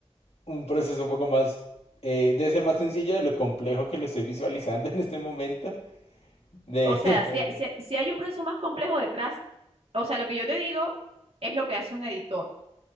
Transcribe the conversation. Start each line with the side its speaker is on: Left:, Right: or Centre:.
Left: un proceso un poco más... eh, debe ser más sencillo de lo complejo que lo estoy visualizando en este momento. De...
Right: O O sea, si, si, si
Left: <laughs>
Right: hay un proceso más complejo detrás, o sea, lo que yo te digo es lo que hace un editor